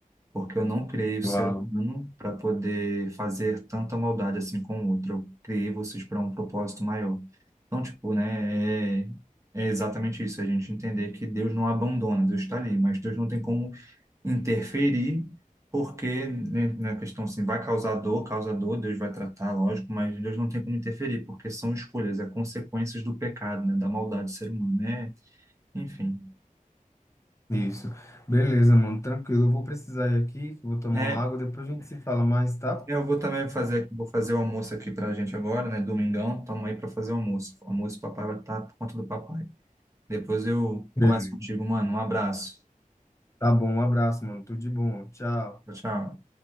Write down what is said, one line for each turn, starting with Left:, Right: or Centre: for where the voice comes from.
Right: porque eu não criei o ser
Left: Uau,
Right: humano para poder fazer tanta maldade assim com o outro. Eu criei vocês para um propósito maior. Então, tipo, né, é, é exatamente isso, a gente entender que Deus não abandona, Deus está ali, mas Deus não tem como interferir, porque, né, na questão assim, vai causar dor, causa dor, Deus vai tratar, lógico, mas Deus não tem como interferir, porque são escolhas, é consequências do pecado, né, da maldade do ser humano, né? Enfim.
Left: isso. Beleza, mano, tranquilo. Eu vou precisar ir aqui, vou tomar
Right: É,
Left: uma água, depois a gente se fala mais, tá?
Right: É, Eu vou também fazer aqui, vou fazer o almoço aqui pra gente agora, né? Domingão, estamos aí pra fazer o almoço. O almoço, o papai vai estar por conta do papai. Depois eu
Left: Beleza.
Right: converso contigo, mano. Um abraço.
Left: Tá bom, um abraço, mano. Tudo de bom. Tchau.
Right: Tchau, tchau.